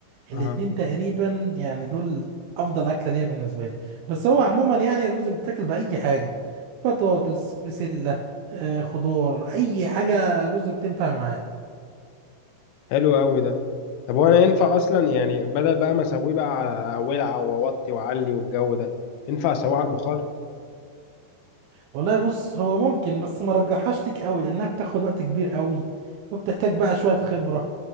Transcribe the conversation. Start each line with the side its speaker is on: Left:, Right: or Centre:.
Right: الاتنين
Left: اها
Right: تقريبا يعني دول افضل اكله ليا بالنسبه لي بس هو عموما يعني الرز بيتاكل باي حاجه بطاطس بسله آه، خضار اي حاجه رز بتنفع معاه
Left: حلو قوي ده طب وانا ينفع اصلا يعني بدل بقى ما اسويه بقى على ولع واوطي واعلي والجو ده ينفع اسويه على البخار
Right: والله بص هو ممكن بس ما رجحهاش ليك قوي لانها بتاخد وقت كبير قوي وبتحتاج بقى شويه خبره